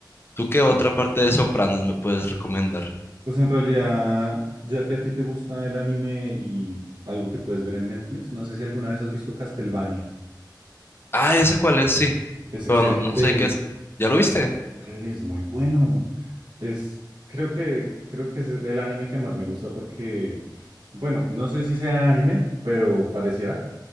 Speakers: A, on the left; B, on the right.
A: ¿Tú qué otra
B: Pues
A: parte de Sopranos me puedes recomendar?
B: pues en realidad, ya que a ti te gusta el anime y algo que puedes ver en Netflix, no sé si alguna vez has visto Castlevania.
A: Ah, ya sé cuál es, sí.
B: Es
A: Pero
B: excelente,
A: no, no sé qué es. ¿Ya lo viste?
B: es muy bueno. Es, creo que, creo que es el anime que más me gusta porque, bueno, no sé si sea anime, pero pareciera.